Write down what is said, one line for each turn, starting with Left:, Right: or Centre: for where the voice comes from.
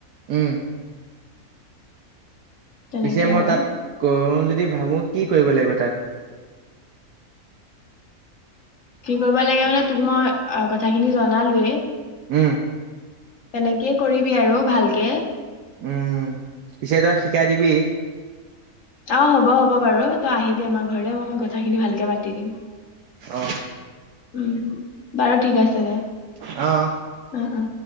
Right: উম।
Left: তেনেকে
Right: পিছে মই
Left: আৰু
Right: তাত কৰো যদি ভাবোঁ কি কৰিব লাগিব তাত?
Left: কি কৰিব লাগে মানে, তোক মই অ, কথাখিনি জনালোৱেই।
Right: উম।
Left: তেনেকেই কৰিবি আৰু ভালকে।
Right: উম, পিছে তই শিকাই দিবি?
Left: অ, হ'ব, হ'ব বাৰু। তই আহিবি আমাৰ ঘৰলৈ মই কথাখিনি ভালকে পাতি দিম।
Right: অ
Left: উম, বাৰু ঠিক আছে দে।
Right: অ,
Left: অ, অ,